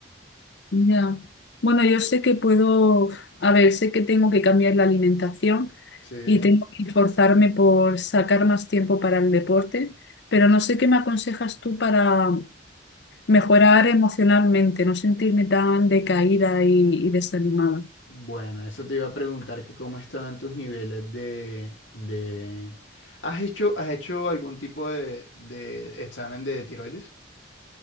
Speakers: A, on the left (about 55°); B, on the left (about 70°).
A: Ya. Bueno, yo sé que puedo, a ver, sé que tengo que cambiar la alimentación
B: Sí.
A: y tengo que esforzarme por sacar más tiempo para el deporte, pero no sé qué me aconsejas tú para mejorar emocionalmente, no sentirme tan decaída y, y desanimada.
B: Bueno, eso te iba a preguntar que cómo estaban tus niveles de, de... ¿Has hecho, has hecho algún tipo de, de examen de tiroides?